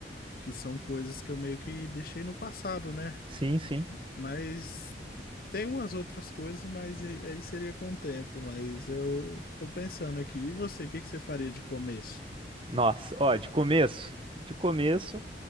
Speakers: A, on the left (about 55°); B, on the right (about 30°).
A: que são coisas que eu meio que deixei no passado, né?
B: Sim, sim.
A: Mas Tem umas outras coisas, mas aí aí seria com o tempo. Mas eu tô pensando aqui. E você, o que que você faria de começo?
B: Nossa, ó, de começo, de começo.